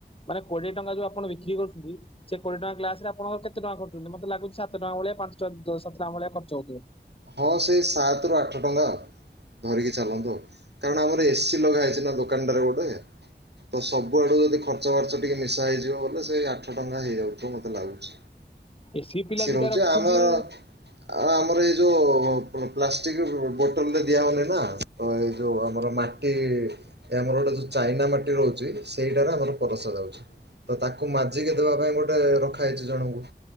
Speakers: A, on the left; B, on the right.
A: ମାନେ କୋଡିଏ ଟଙ୍କା ଯୋଉ ଆପଣ ବିକ୍ରି କରୁଛନ୍ତି। ସେ କୋଡିଏ ଟଙ୍କା ଗ୍ଲାସରେ ଆପଣଙ୍କର କେତେ ଟଙ୍କା ଖର୍ଚ୍ଚ ହଉଛି ମତେ ଲାଗୁଛି ସାତ ଟଙ୍କା ଭଳିଆ ପାଞ୍ଚ ଛ ଜ ସାତ ଟଙ୍କା ଭଳିଆ ଖର୍ଚ୍ଚ ହଉଥିବ।
B: ହଁ ସେଇ ସାତରୁୁ ଆଠ ଟଙ୍କା ଧରିକି ଚାଲନ୍ତୁ ଆଉ। କାରଣ ଆମର ଏସି ଲଗା ହେଇଛି ନା ଦୋକାନଟା ରେ ଗୋଟେ। ତ ସବୁ ଆଡୁ ଯଦି ଖର୍ଚ୍ଚ ବାର୍ଚ୍ଚ ଟିକେ ମିଶା ହେଇଯିବ ବୋଲେ ସେଇ ଆଠ ଟଙ୍କା ହେଇ ଯାଉଥିବ ମତେ ଲାଗୁଛି।
A: ଏସି ପିଲା ଦିଟା
B: ରହୁଛି
A: ରଖିଛନ୍ତି।
B: ଆମର ଆଉ ଆମର ଏଇ ଯୋଉ। ପ ପ ପ୍ଲାଷ୍ଟିକ ବୋଟଲରେ ଦିଆ ହଉନି ନା ତ ଏଇ ଯୋଉ ଆମର ମାଟି। ଏ ଆମର ଗୋଟେ ଯୋଉ ଚାଇନା ମାଟି ରହୁଛି ସେଇଟାରେ ଆମର ପରସା ଯାଉଛି। ତ ତାକୁ ମାଜିକି ଦବା ପାଇଁ ଗୋଟେ ରଖା ହେଇଚି ଜଣଙ୍କୁ।